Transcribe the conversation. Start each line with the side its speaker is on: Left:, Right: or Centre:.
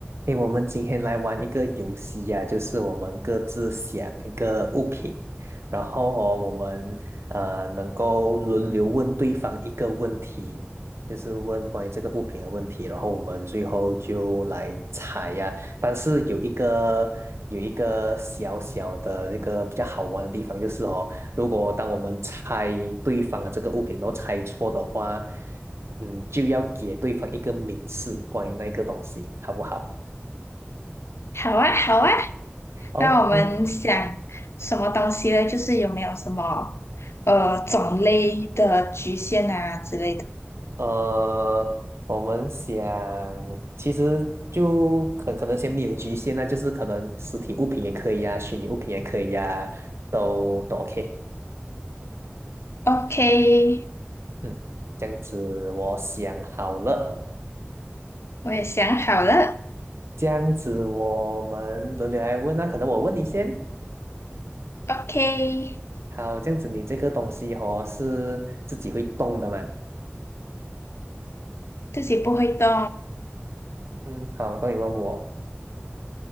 Right: 诶，我们今天来玩一个游戏呀、就是我们各自想一个物品，然后哦，我们呃能够轮流问对方一个问题，就是问关于这个物品的问题，然后我们最后就来猜呀、但是有一个有一个小小的这个比较好玩的地方，就是哦，如果当我们猜对方的这个物品，然后猜错的话，嗯，就要给对方一个明示关于那个东西，好不好？
Left: 好啊，好啊，
Right: OK，
Left: 那我们想什么东西呢？就是有没有什么呃种类的局限啊之类的
Right: 呃，我们想，其实就可可能先没有局限那就是可能实体物品也可以呀、虚拟物品也可以呀、都都 OK。
Left: ？OK，
Right: 嗯，这样子我想好了，
Left: 我也想好了。
Right: 这样子我们轮流来问那、可能我问你先。
Left: OK，
Right: 好，这样子你这个东西哦是自己会动的嘛？
Left: 自己不会动。
Right: 嗯，好，那你问我